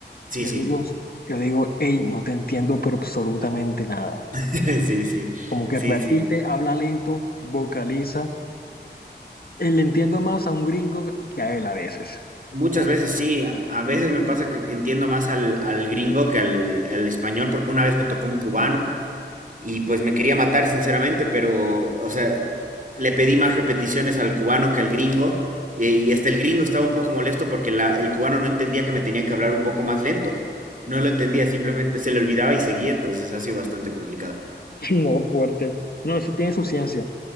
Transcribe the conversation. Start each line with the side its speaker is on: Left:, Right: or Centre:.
Right: sí,
Left: les
Right: sí,
Left: digo, yo digo, hey, no te entiendo, pero absolutamente nada.
Right: <laughs> sí, sí,
Left: como que
Right: sí,
Left: repite,
Right: sí.
Left: habla lento, vocaliza. Eh, Le entiendo más a un gringo que a él a veces.
Right: Muchas
Left: Como
Right: veces
Left: que,
Right: sí, a a veces me pasa que entiendo más al, al gringo que al, al español, porque una vez me tocó un cubano y pues me quería matar, sinceramente, pero, o sea, le pedí más repeticiones al cubano que al gringo. Y, y hasta el gringo estaba un poco molesto porque la- el cubano no entendía que me tenía que hablar un poco más lento. No lo entendía, simplemente se le olvidaba y seguía, entonces ha sido bastante complicado.
Left: <laughs> no, fuerte. No, eso tiene su ciencia.